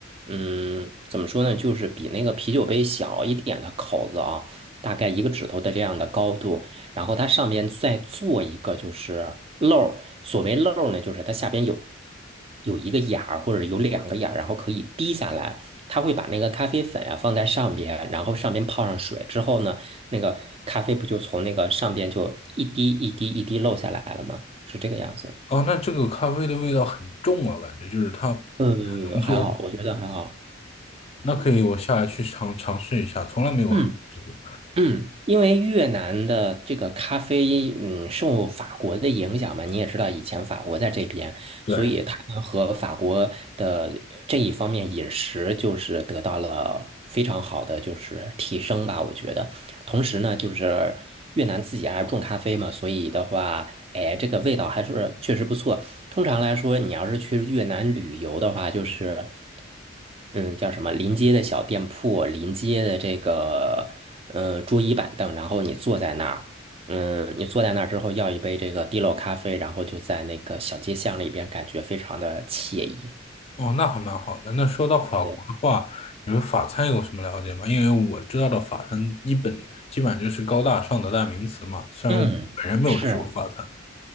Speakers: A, on the right; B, on the left.
A: 嗯，怎么说呢，就是比那个啤酒杯小一点的口子啊，大概一个指头的这样的高度。然后它上面再做一个就是漏儿，所谓漏儿呢，就是它下边有有一个眼儿或者有两个眼儿，然后可以滴下来。它会把那个咖啡粉啊放在上边，然后上边泡上水之后呢，那个咖啡不就从那个上边就一滴一滴一滴漏下来了吗？是这个样子。
B: 哦，那这个咖啡的味道很重啊，感觉就是它很
A: 呃，
B: 浓缩。
A: 还好，我觉得还好。
B: 那可以，我下来去尝尝试一下，从来没有喝过这个。
A: 嗯嗯，因为越南的这个咖啡，嗯，受法国的影响嘛，你也知道，以前法国在这边。
B: 对，
A: 所以他们和法国的这一方面饮食就是得到了非常好的就是提升吧，我觉得。同时呢，就是越南自己还种咖啡嘛，所以的话，哎，这个味道还是确实不错。通常来说，你要是去越南旅游的话，就是，嗯，叫什么临街的小店铺，临街的这个，嗯，桌椅板凳，然后你坐在那儿。嗯，你坐在那儿之后，要一杯这个滴漏咖啡，然后就在那个小街巷里边，感觉非常的惬意。
B: 哦，那还蛮好的。那说到法国的话，
A: 对，
B: 你们法餐有什么了解吗？因为我知道的法餐一本基本上就是高大上的代名词嘛，虽然我本人没有吃过法餐。
A: 嗯，是，